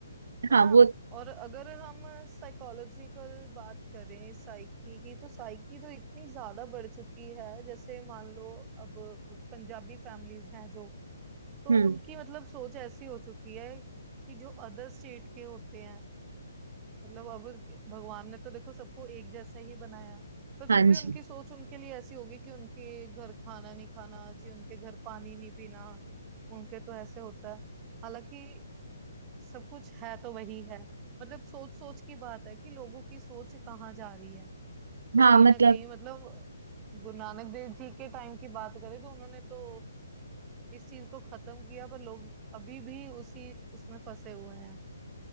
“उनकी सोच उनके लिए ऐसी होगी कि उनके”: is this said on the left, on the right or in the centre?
Right